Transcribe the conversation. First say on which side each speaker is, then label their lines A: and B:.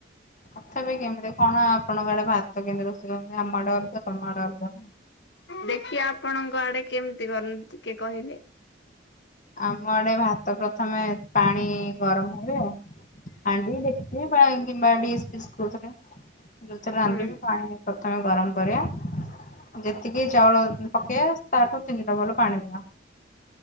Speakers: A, on the left; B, on the left.
A: ତଥାପି କେମିତି କଣ ଆପଣଙ୍କ ଆଡେ ଭାତ କେମିତି ରୋଷେଇ କରନ୍ତି ଆମ ଆଡେ ଅଲଗା ତମ ଆଡ଼େ ଅଲଗା।
B: ଦେଖି ଆପଣଙ୍କ ଆଡେ କେମିତି କରନ୍ତି ଟିକେ କହିଲେ?
A: ଆମ ଆଡେ ଭାତ ପ୍ରଥମେ ପାଣି ଗରମ ହୁଏ। ହାଣ୍ଡି ଡେକ୍ଚି ବା ଗିମ୍ୱା ଦିସ୍ ଫିସ କୋଉଥିରେ ଯେଉଥିରେ ରାନ୍ଧିବେ
B: ହୁଁ।
A: ପାଣି ପ୍ରଥମେ ଗରମ କରିବା। ଯେତିକି ଚାଉଳ ପକେଇବା ତାଠୁ ତିନି ଡବଲ୍ ପାଣି ଦେବା।